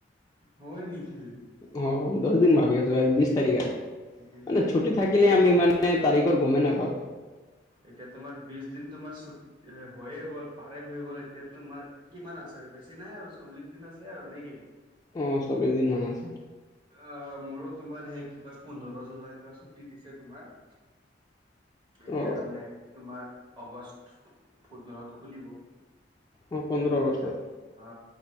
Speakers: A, on the right (about 25°); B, on the left (about 20°).
A: হয় নেকি?
B: অ' দহ দিন ভাবি আছোঁ, আজি বিশ তাৰিখ,
A: বিশ
B: মানে
A: তাৰিখ
B: ছুটি
A: দিন
B: থাকিলে
A: হৈয়ে
B: আমি
A: গ'ল
B: ইমান নে তাৰিখৰ গমেই নাপাওঁ।
A: এতিয়া তোমাৰ বিশ দিন তোমাৰ চু হৈয়ে গ'ল, পাৰে হৈ গ'ল এতিয়া তোমাৰ কিমান আছে আৰু বেছি নাই আৰু চল্লিশ দিন আছে আৰু নেকি?
B: অ' চল্লিছ দিনমান আছে।
A: অ' মোৰো তোমাৰ সেই কি কয় পোন্ধৰ জুলাইৰ পৰা ছুটি দিছে তোমাৰ। এতিয়া
B: অ
A: আৰু নেক্সট তোমাৰ অগষ্ট পুন্ধৰত খুলিব।
B: অ পোন্ধৰ
A: গবিছা,
B: আগষ্টত
A: অ'